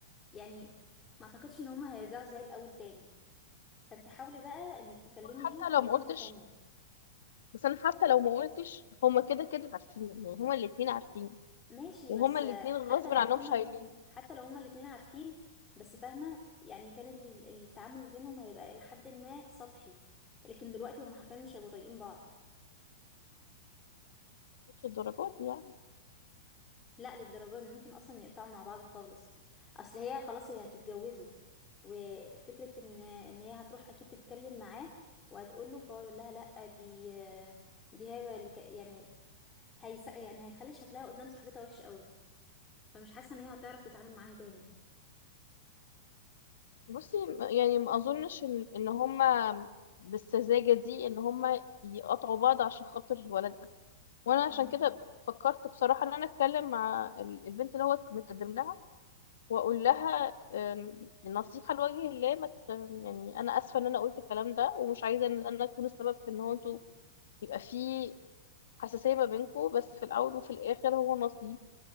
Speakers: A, on the left; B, on the left.
A: يعني ما اعتقدش ان هما هيرجعوا زي الاول تاني فانت حاولي بقى انك تكلمي
B: حتى
A: دي وتكلمي
B: لو ما قلتش
A: التانية
B: بس انا حتى لو ما قلتش هما كده كده عارفين يعني هما الاتنين عارفين
A: ماشي
B: وهما
A: بس
B: الاتنين غصب
A: حتى لو
B: عنهم
A: هما
B: شايلين
A: الاتنين حتى لو هما الاتنين عارفين بس فاهمة يعني كان ال- التعامل بينهم هيبقى إلى حد ما سطحي لكن دلوقتي هما حرفيا مش هيبقوا طايقين بعض
B: مش الدرجات دي يعني
A: لا للدرجة دي ممكن أصلا يقطعوا مع بعض خالص أصل هي خلاص هي هتتجوزوا وفكرة إن إن هي هتروح أكيد تتكلم معاه وهتقوله فهو يقول لها لأ دي دي هي اللي ك- يعني هيس يعني هيخلي شكلها قدام صاحبتها وحش قوي فمش حاسة إن هي هتعرف تتعامل معاها تاني
B: بصي م- يعني ما اظنش ان ان هما بالسذاجه دي ان هما يقطعوا بعض عشان خاطر الولد ده وانا عشان
A: اه
B: كده فكرت بصراحه ان انا اتكلم مع ال- البنت اللي هو متقدم لها واقول لها أم، نصيحه لوجه الله ما ت- يعني انا اسفه ان انا قلت الكلام ده ومش عايزه ان انا اكون السبب في ان هو انتوا يبقى في حساسية ما بينكوا بس في الأول وفي الآخر هو نصيب